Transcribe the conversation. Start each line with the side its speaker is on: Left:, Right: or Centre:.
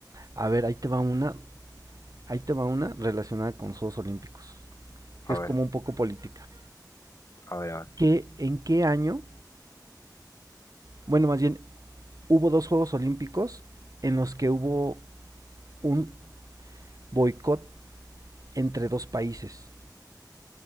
Right: A ver, ahí te va una. Ahí te va una relacionada con los Juegos Olímpicos. Que
Left: A
Right: es
Left: ver,
Right: como un poco política.
Left: a ver, a ver.
Right: ¿Qué, ¿En qué año? Bueno, más bien, hubo dos Juegos Olímpicos en los que hubo un boicot entre dos países.